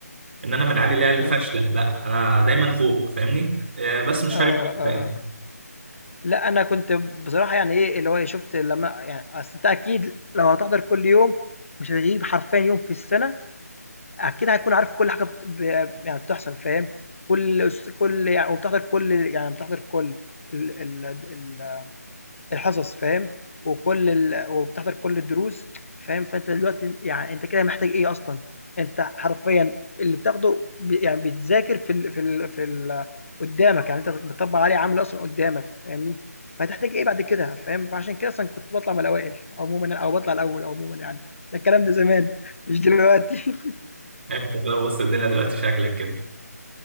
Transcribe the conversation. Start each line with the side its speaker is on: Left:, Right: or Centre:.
Right: ان انا من العيال اللي هي الفاشله
Left: إمم.
Right: لا انا دايما فوق فاهمني آه، بس مش
Left: آه،
Right: فارق معايا
Left: آه،
Right: الباقي
Left: آه. لأ أنا كنت بصراحة يعني إيه، اللي هو إيه، شُفت لمّا يعني أصل أنت أكيد لو هتحضر كل يوم مش هتغيب حرفيًا يوم في السنة، أكيد هتكون عارف كل حاجة بت ب يعني بتحصل فاهم؟ كل أس كل يعني، وبتحضر كل يعني بتحضر كل ال ال د ال الحصص فاهم، وكل ال وبتحضر كل الدروس فاهم، فأنت دلوقتي يعني أنت كده محتاج إيه أصلًا؟ أنت حرفيًا اللي بتاخده ب يعني بيتذاكر في ال في ال في ال قدّامك، يعني أنت بتطبّق عليه عملي أصلًا قدّامك فاهمني، فهتحتاج إيه بعد كده فاهم، فعشان كده أصلًا كنت باطلع من الأوائل عمومًا أو باطلع الأول عمومًا يعني، ده الكلام ده زمان مش دلوقتي
Right: يعني انت لو وسط الدنيا دلوقتي شكلك كده